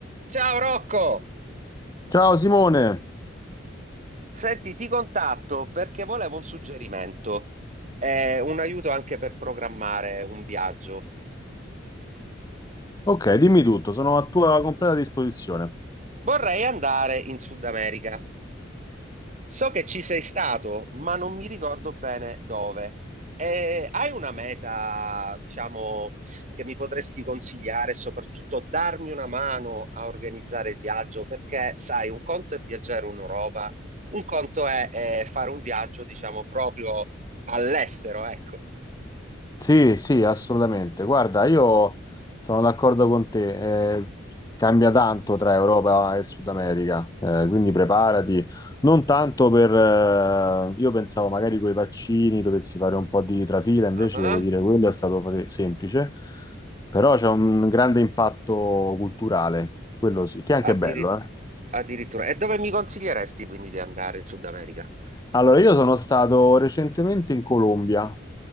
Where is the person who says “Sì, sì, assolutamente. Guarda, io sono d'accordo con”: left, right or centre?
Left